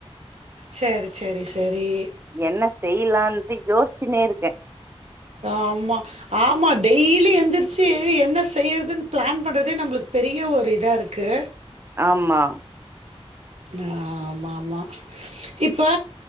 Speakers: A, on the right; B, on the right.
A: சரி சரி சரி
B: என்ன செய்யலான்து யோசிச்சுன்னே இருக்கே
A: ஆம்மா ஆமா டெய்லி எந்திரிச்சு என்ன செய்யறதுன்னு பிளான் பண்றதே நம்மளுக்கு பெரிய ஒரு இதா இருக்கு
B: ஆம்மா
A: ஆ மா மா இப்ப